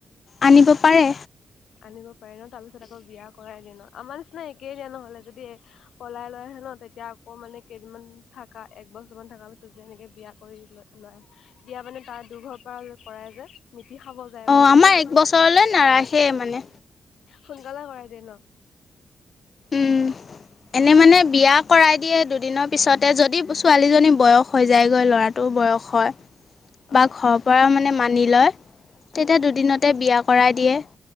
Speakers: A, on the left; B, on the left.
A: আনিব পাৰে।
B: আনিব পাৰি ন' তাৰপিছত আকৌ বিয়া কৰাই দিনত। আমাৰ নিচিনা একেই দিয়া নহ'লে যদি পলাই লৈ আহে ন' তেতিয়া আকৌ মানে কেইদিনমান থকা এক <unintelligible> থাকা পিছত যে এনেকে বিয়া কৰি ল-লৈ বিয়া মানে তাৰ দুৰ্ঘৰ পৰা কৰাই যে। কি খাব যায়
A: অ
B: বুলি কৈ
A: আমাৰ
B: সেইটো
A: এক বছৰলৈ নাৰাখে মানে
B: সোনকালে কৰাই দিয়ে ন'?
A: উম। এনে মানে বিয়া কৰাই দিয়ে দুদিনৰ পিছতে যদি ছোৱালীজনী বয়স হৈ যায়গৈ ল'ৰাটো। বয়স হয়।
B: অ
A: বা ঘৰৰ পৰা মানে মানি লয় তেতিয়া
B: উম
A: দুদিনতে বিয়া কৰাই দিয়ে।